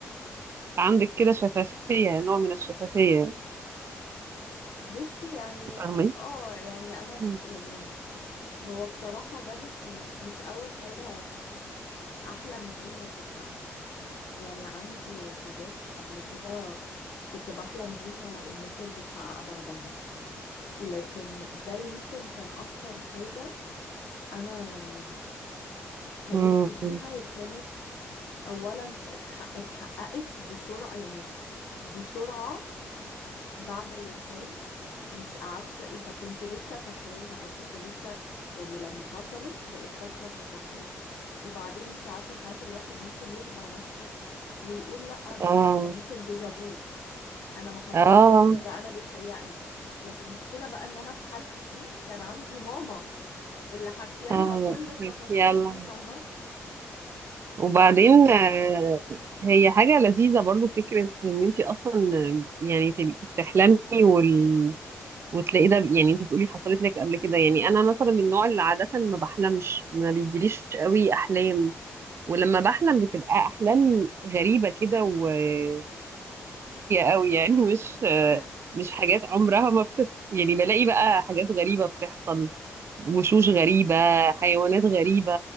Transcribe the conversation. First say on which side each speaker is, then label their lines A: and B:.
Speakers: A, on the right (about 55°); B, on the left (about 75°).
A: عندك كده شفافية نوع من الشفافية
B: بصي يعني
A: فاهمة
B: اه يعني انا ب-
A: مم.
B: يعني هو بصراحه ده مش من مش اول حاجه احلم بيها وتتحقق يعني عندي حاجات قبل كده كنت بحلم بيها وممكن تتحقق بعدها لكن ده يمكن كان اكتر حاجه انا حلمت
A: مم.
B: بيها وكانت اولا ح- اتحققت بسرعه يعني بسرعه بعد الحلم مش قعدت ايه فكنت لسه فاكراها او كنت لسه يعني لما حصلت بقيت فاكرة التفاصيل وبعدين انت عارفة ساعات الواحد ممكن يخدع نفسه ويقول لا ده
A: اه
B: ده ممكن ديجافو انا ما حصلش
A: اه
B: كده ده انا بيتهيألي لكن المشكلة بقى ان انا في حالتي دي كان عندي ماما اللي حكي لها
A: اه
B: كل التفاصيل
A: حك- يلا
B: دي فاهمة
A: وبعدين
B: فعشان كده
A: آه، هي حاجة لذيذة برضو فكرة ان انتي اصلا آه، يعني تبقي بتحلمي وال... وتلاقي ده يعني انتي بتقولي حصلت لك قبل كده يعني انا مثلا من النوع اللي عادة ما بحلمش ما بيجيليش قوي احلام ولما بحلم بتبقى احلام غريبة كده وسريالية قوي يعني مش آه،
B: <laughs> ان
A: مش حاجات عمرها ما بتت... يعني بلاقي بقى حاجات غريبة بتحصل وشوش غريبة حيوانات غريبة